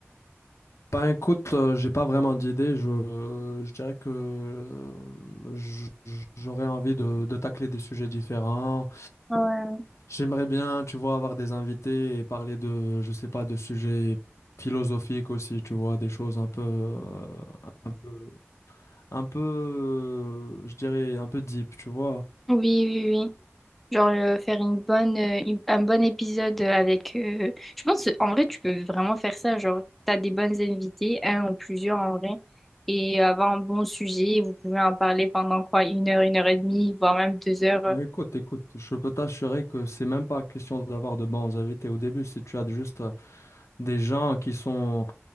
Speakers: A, on the left; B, in the centre.
A: Ben écoute, euh, j'ai pas vraiment d'idée, je, euh, je dirais que euh, j- j- j'aurais envie de, de tacler des sujets différents.
B: Ouais.
A: J'aimerais bien, tu vois, avoir des invités et parler de, je sais pas, de sujets philosophiques aussi, tu vois, des choses un peu, euh, un peu un peu, je dirais, un peu deep, tu vois.
B: Oui, oui, oui. Genre euh, faire une bonne, euh, une- un bon épisode euh, avec. euh, Je pense en vrai tu peux vraiment faire ça. Genre t'as des bonnes invités, un ou plusieurs en vrai, et avoir un bon sujet. Vous pouvez en parler pendant quoi? Une heure, une heure et demie, voire même deux heures. euh.
A: Mais écoute, écoute, je peux t'assurer que c'est même pas question d'avoir de bons invités au début. Si tu as juste euh, des gens qui sont,